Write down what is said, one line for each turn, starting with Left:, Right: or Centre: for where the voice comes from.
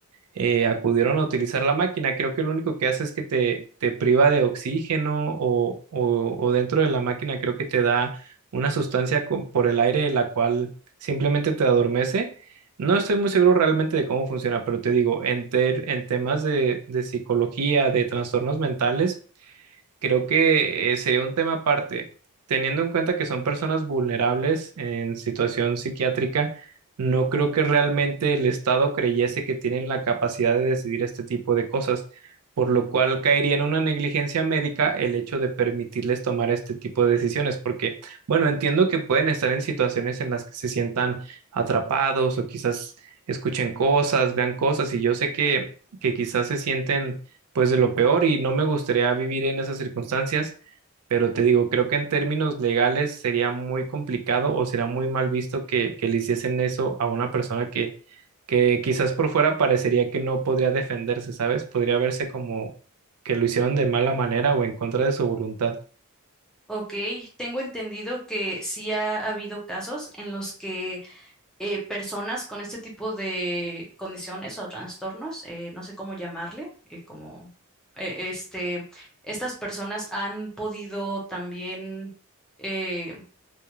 Right: eh, acudieron a utilizar la máquina. Creo que lo único que hace es que te, te priva de oxígeno o, o, o dentro de la máquina creo que te da una sustancia co- por el aire la cual simplemente te adormece. No estoy muy seguro realmente de cómo funciona, pero te digo, en, ter- en temas de, de psicología, de trastornos mentales, Creo que eh, sería un tema aparte. Teniendo en cuenta que son personas vulnerables en situación psiquiátrica, no creo que realmente el Estado creyese que tienen la capacidad de decidir este tipo de cosas, por lo cual caería en una negligencia médica el hecho de permitirles tomar este tipo de decisiones, porque, bueno, entiendo que pueden estar en situaciones en las que se sientan atrapados o quizás escuchen cosas, vean cosas, y yo sé que, que quizás se sienten pues de lo peor y no me gustaría vivir en esas circunstancias, pero te digo, creo que en términos legales sería muy complicado o sería muy mal visto que, que le hiciesen eso a una persona que, que quizás por fuera parecería que no podría defenderse, ¿sabes? Podría verse como que lo hicieron de mala manera o en contra de su voluntad.
Centre: Ok, tengo entendido que sí ha habido casos en los que eh, personas con este tipo de condiciones o trastornos, eh, no sé cómo llamarle, eh, como eh, este, estas personas han podido también eh,